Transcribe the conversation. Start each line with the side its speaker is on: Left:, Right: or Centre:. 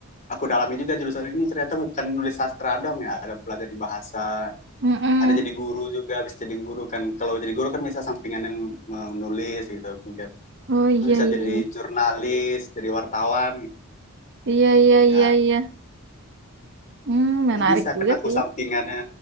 Left: aku dalami juga jurusan ini ternyata bukan nulis sastra dong ya ada belajar di bahasa
Right: Mm-mm.
Left: ada jadi guru juga bisa jadi guru kan kalau jadi guru kan bisa sampingan yang menulis gitu kemudian
Right: Oh
Left: terus
Right: iya
Left: bisa
Right: iya
Left: jadi
Right: iya.
Left: jurnalis jadi wartawan
Right: Iya iya
Left: ya
Right: iya iya. Hmm,
Left: jadi
Right: menarik
Left: bisa
Right: juga
Left: kan aku
Right: sih.
Left: sampingannya